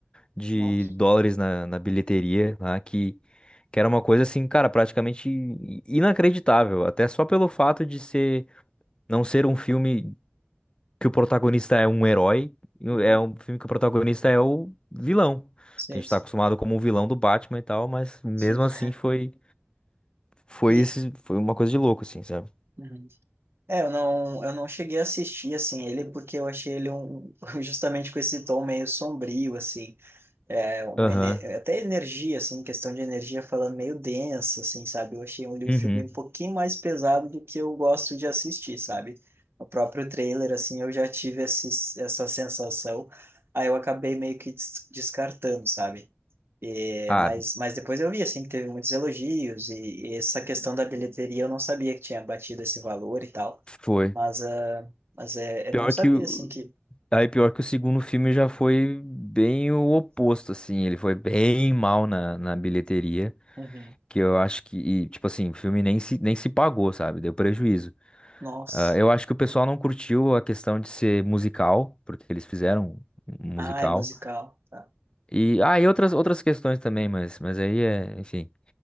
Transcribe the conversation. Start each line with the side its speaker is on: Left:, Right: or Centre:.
Left: de
Right: Nossa.
Left: dólares na, na bilheteria, lá, que, que era uma coisa assim, cara, praticamente i- inacreditável. Até só pelo fato de ser, não ser um filme que o protagonista é um herói,
Right: Uhum.
Left: é um filme que o protagonista é o vilão,
Right: Sei,
Left: que a gente
Right: sim,
Left: tá acostumado como um vilão do Batman e tal, mas mesmo
Right: sei.
Left: assim
Right: <laughs>
Left: foi foi
Right: E,
Left: esse foi uma coisa de louco assim, sabe?
Right: uhum. É, eu não, eu não cheguei a assistir, assim, ele, porque eu achei ele um, <laughs> justamente com esse tom meio sombrio, assim, é, uma,
Left: Aham.
Right: ene- até energia, assim, questão de energia falando meio densa, assim, sabe? Eu achei ele um
Left: Uhum.
Right: filme um pouquinho mais pesado do que eu gosto de assistir, sabe? O próprio trailer, assim, eu já tive esse, essa sensação, aí eu acabei meio que des- descartando, sabe? É,
Left: Ah,
Right: mas, mas depois eu vi, assim, que teve muitos elogios e, e essa questão da bilheteria eu não sabia que tinha batido esse valor e tal.
Left: foi.
Right: Mas, ah, mas é, é
Left: Pior
Right: bom saber,
Left: que o
Right: assim, que...
Left: Aí pior que o segundo filme já foi bem o oposto, assim, ele foi bem mal na, na bilheteria,
Right: Uhum.
Left: que eu acho que, e, tipo assim, o filme nem se, nem se pagou, sabe? Deu prejuízo.
Right: Nossa.
Left: Ah, eu acho que o pessoal não curtiu a questão de ser musical, porque eles fizeram um musical.
Right: Ah, é musical. Tá.
Left: E, ah, e outras, outras questões também, mas, mas aí é, enfim,